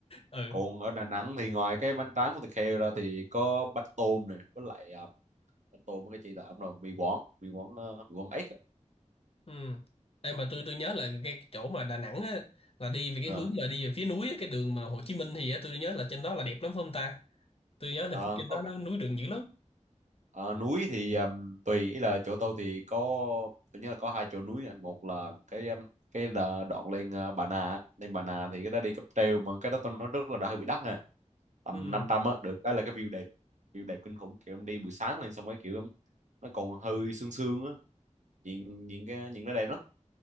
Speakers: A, on the left; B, on the right.
A: ừ
B: còn ở Đà Nẵng thì ngoài cái bánh tráng của thịt heo ra thì có bánh tôm này, với lại à, bánh tôm với cái chi là ẩm rồi mì Quảng mì Quảng ờ, mì Quảng ếch á.
A: Ừ. Ê, mà tôi tôi nhớ là cái chỗ mà Đà Nẵng á, là đi về cái
B: Ờ,
A: hướng mà đi về phía núi á, cái đường mà Hồ Chí Minh thì á, tôi nhớ là trên đó là đẹp lắm phải không ta? Tôi nhớ là
B: ờ,
A: khúc trên
B: có
A: đó nó
B: cái-
A: núi rừng dữ lắm.
B: ờ, núi thì ừm, tùy ý là chỗ tôi thì có tôi nhớ là có hai chỗ núi nè. một là cái ừm, cái là đoạn lên ờ, Bà Nà á. lên Bà Nà thì cái đó đi cáp treo mà cái đó tôi nói rất là đã hơi bị đắt nè tầm
A: Ừ.
B: năm trăm á được cái là cái view đẹp view đẹp kinh khủng kiểu em đi buổi sáng lên xong cái kiểu nó còn hơi sương sương á nhìn nhìn cái nhìn nó đẹp lắm